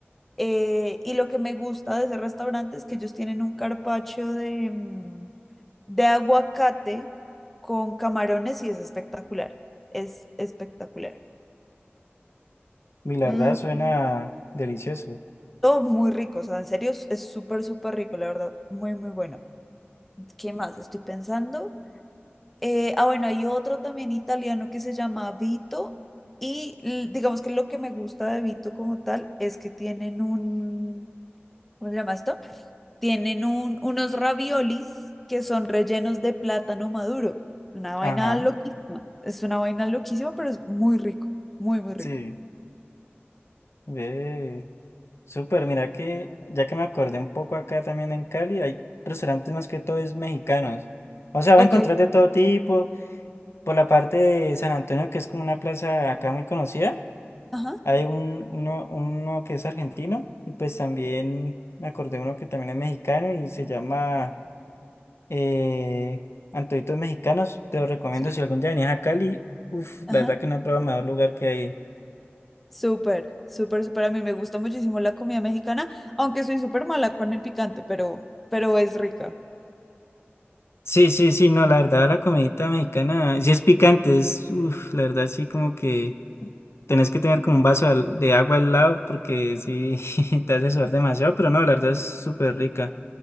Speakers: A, in the centre; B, on the left.
A: eh, y lo que me gusta de ese restaurante es que ellos tienen un carpaccio de, mm, de aguacate con camarones y es espectacular. Es espectacular.
B: mi la
A: Mm,
B: verdad suena delicioso.
A: todo muy rico, o sea, en serio es es súper, súper rico, la verdad, muy, muy bueno. ¿Qué más? Estoy pensando. Eh, ah, bueno, hay otro también italiano que se llama Vito y l- digamos que lo que me gusta de Vito como tal es que tienen un, ¿cómo se llama esto? Tienen un, unos raviolis que son rellenos de plátano maduro. Una vaina
B: Ajá,
A: loquísima. Es una vaina loquísima, pero es muy rico, muy, muy
B: sí,
A: rico.
B: ve. Súper, mira que ya que me acordé un poco acá también en Cali, hay restaurantes más que todo es mexicanos. O sea, va
A: Ok,
B: a encontrar de todo tipo. Por la parte de San Antonio, que es como una plaza acá muy conocida,
A: ajá,
B: hay un, uno, uno que es argentino y pues también me acordé uno que también es mexicano y se llama eh, Antojitos Mexicanos. Te lo recomiendo
A: sí,
B: si algún día venís a Cali. Uf, la
A: ajá.
B: verdad que no he probado mejor lugar que hay.
A: Súper, súper, súper. A mí me gusta muchísimo la comida mexicana, aunque soy súper mala con el picante, pero, pero es rica.
B: Sí, sí, sí, no, la verdad, la comidita mexicana, sí es picante, es, uff, la verdad, sí, como que tenés que tener como un vaso al- de agua al lado porque sí, <laughs> te hace sudar demasiado, pero no, la verdad es súper rica.